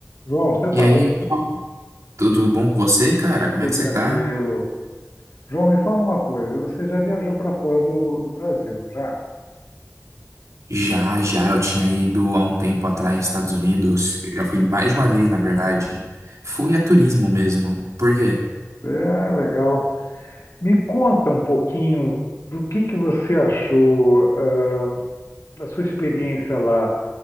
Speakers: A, on the left; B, on the right.
A: João, você
B: E
A: tá
B: aí,
A: bom?
B: tudo tudo bom com você, cara? Como
A: Tudo
B: é que
A: tranquilo.
B: você tá?
A: João, me fala uma coisa. Você já viajou para fora do, do Brasil, não já?
B: Já, já, eu tinha ido há um tempo atrás nos Estados Unidos. Já fui mais de uma vez, na verdade. Fui a turismo mesmo. Por quê?
A: É legal. Me conta um pouquinho do que que você achou, ah, da sua experiência lá.